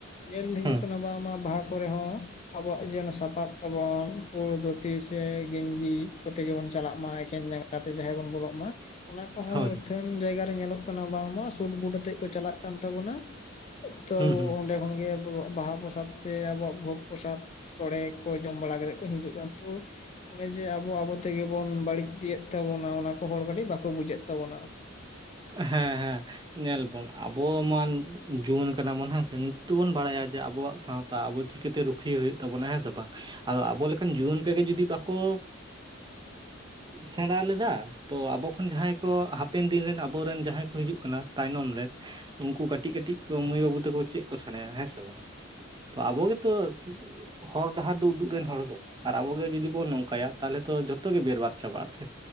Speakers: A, on the left; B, on the right.
A: ᱧᱮᱞ ᱦᱤᱡᱩᱜ
B: ᱦᱩᱸ
A: ᱠᱟᱱᱟ᱾ ᱵᱟᱝᱢᱟ ᱵᱟᱦᱟ ᱠᱚᱨᱮ ᱦᱚᱸ ᱟᱵᱚᱣᱟᱜ ᱡᱮᱱᱚ ᱥᱟᱯᱟᱵ ᱛᱟᱵᱚᱱ᱾ ᱩᱲᱫᱚ ᱜᱮᱧᱡᱤ ᱠᱚᱛᱮ ᱜᱮᱵᱚᱱ ᱪᱟᱞᱟᱜ ᱢᱟ ᱮᱠᱮᱱ ᱡᱟᱸᱜᱟ ᱛᱮ ᱡᱟᱦᱮᱨ ᱵᱚᱱ ᱵᱚᱞᱚᱜ ᱢᱟ᱾ ᱚᱱᱟ ᱠᱚᱦᱚᱸ
B: ᱦᱳᱭ
A: ᱟᱹᱛᱷᱟᱹᱱ ᱡᱟᱭᱜᱟᱨᱮ ᱧᱮᱞᱚᱜ ᱠᱟᱱᱟ ᱵᱟᱝᱢᱟ ᱥᱩᱴ ᱵᱩᱴ ᱟᱛᱮᱜ ᱠᱚ ᱪᱟᱞᱟᱜ ᱠᱟᱱ ᱛᱟᱵᱚᱱᱟ᱾ ᱛᱚ
B: ᱦᱩᱸ ᱦᱩᱸ
A: ᱚᱸᱰᱮ ᱠᱷᱚᱱᱜᱮ᱾ ᱵᱟᱦᱟ ᱯᱨᱚᱥᱟᱫ ᱥᱮ ᱟᱵᱚᱣᱟᱜ ᱵᱷᱳᱜᱽ ᱯᱨᱚᱥᱟᱫᱽ ᱥᱳᱲᱮ ᱠᱚ ᱡᱚᱢ ᱵᱟᱲᱟ ᱠᱟᱛᱮ ᱠᱚ ᱦᱤᱡᱩᱜ-ᱟ ᱛᱚ᱾ ᱚᱱᱮ ᱡᱮ ᱟᱵᱚ ᱟᱵᱚ ᱛᱮᱜᱮ ᱵᱚᱱ ᱵᱟᱹᱲᱤᱡ ᱤᱫᱤᱭᱮᱫ ᱛᱟᱵᱚᱱᱟ ᱚᱱᱟ ᱠᱚ ᱦᱚᱲ ᱠᱟᱹᱴᱤᱡ ᱵᱟᱠᱚ ᱵᱩᱡᱮ ᱛᱟᱵᱚᱱᱟ᱾
B: ᱦᱮᱸ ᱦᱮᱸ ᱧᱮᱞ ᱵᱚᱱ ᱟᱵᱚ ᱢᱟᱱ᱾ ᱡᱩᱣᱟᱹᱱ ᱟᱠᱟᱱᱟᱵᱚᱱ ᱦᱮᱸᱥᱮ ᱱᱤᱛᱚᱜᱵᱚᱱ ᱵᱟᱲᱟᱭᱟ ᱡᱮ ᱟᱵᱚᱣᱟᱜ ᱥᱟᱶᱛᱟ ᱟᱵᱚ ᱪᱤᱠᱟᱹᱛᱮ ᱨᱩᱠᱷᱤᱭᱟᱹᱟᱹ ᱦᱩᱭᱩᱜ ᱛᱟᱵᱚᱱᱟ ᱦᱮᱸ ᱥᱮ ᱵᱟᱝ᱾ ᱟᱫᱚ ᱟᱵᱚ ᱞᱮᱠᱟᱱ ᱡᱩᱣᱟᱹᱱ ᱠᱚᱜᱮ ᱡᱩᱫᱤ ᱵᱟᱠᱚ ᱥᱮᱬᱟ ᱞᱮᱫᱟ ᱛᱚ ᱟᱵᱚ ᱠᱷᱚᱱ ᱡᱟᱦᱟᱸᱭ ᱠᱚ ᱦᱟᱯᱮᱱ ᱫᱤᱱ ᱨᱮᱱ ᱟᱵᱚ᱾ ᱟᱵᱚᱨᱮᱱ ᱡᱟᱦᱟᱸᱭ ᱠᱚ ᱦᱤᱡᱩᱜ ᱠᱟᱱᱟ ᱛᱟᱭᱱᱚᱢ ᱨᱮ᱾ ᱩᱱᱠᱩ ᱠᱟᱹᱴᱤᱡ ᱠᱟᱹᱴᱤᱡ ᱢᱟᱹᱭ ᱵᱟᱹᱵᱩ ᱛᱮᱠᱚ ᱪᱮᱫ ᱠᱚ ᱥᱮᱬᱟᱭᱟ ᱦᱮᱸ ᱥᱮ ᱵᱟᱝ᱾ ᱛᱚ ᱟᱵᱚ ᱜᱮᱛᱚ ᱦᱚᱨ ᱰᱟᱦᱟᱨ ᱫᱚ ᱩᱫᱩᱜ ᱨᱮᱱ ᱦᱚᱲ ᱫᱚ ᱟᱨ ᱟᱵᱚᱜᱮ ᱡᱩᱫᱤ ᱵᱚᱱ ᱱᱚᱝᱠᱟᱭᱟ ᱛᱟᱦᱚᱞᱮ ᱛᱚ ᱡᱚᱛᱚ ᱜᱮ ᱵᱮᱨᱵᱟᱫᱽ ᱪᱟᱵᱟᱜ-ᱟ ᱥᱮ᱾